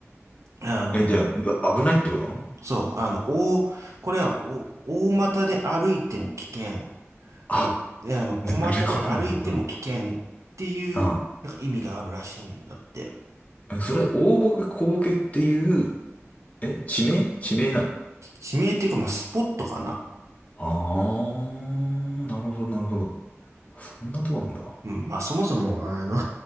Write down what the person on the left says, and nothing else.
え、じゃあ、危ないってこと
あ、
なるほど、なるほど。あ
あ。それ、大ボケ、小ボケっていう、え、地名地名なの
ああー、なるほど、なるほど。そんなとこあんだ。